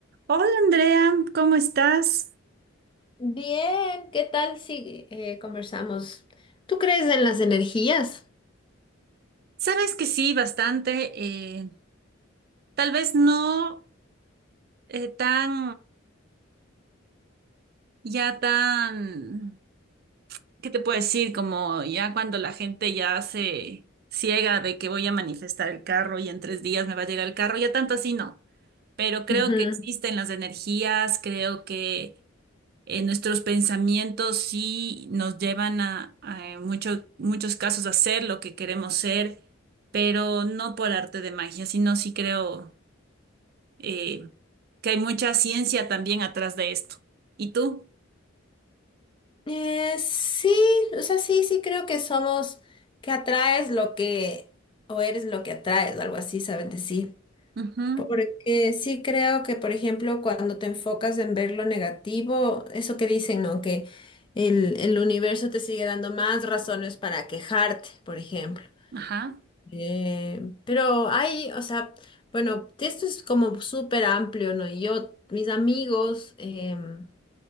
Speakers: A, on the right (about 50°); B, on the left (about 25°).
A: Hola Andrea, ¿cómo estás?
B: Bien, ¿qué tal si eh, conversamos? ¿Tú crees en las energías?
A: Sabes que sí, bastante. eh, tal vez no eh, tan, ya tan, ¿qué te puedo decir? Como ya cuando la gente ya se ciega de que voy a manifestar el carro y en tres días me va a llegar el carro, ya tanto así no. Pero creo
B: Ujú.
A: que existen las energías, creo que eh, nuestros pensamientos sí nos llevan a, a, en mucho- muchos casos a ser lo que queremos ser, pero no por arte de magia, sino sí creo eh, que hay mucha ciencia también atrás de esto. ¿Y tú?
B: Eh, sí, o sea, sí, sí creo que somos, que atraes lo que, o eres lo que atraes, o algo así, saben decir.
A: Ujú,
B: Porque sí creo que, por ejemplo, cuando te enfocas en ver lo negativo, eso que dicen, ¿no? Que el, el universo te sigue dando más razones para quejarte, por ejemplo.
A: Ajá,
B: Eh, pero hay, o sea, bueno, esto es como súper amplio, ¿no? Y yo, mis amigos, em,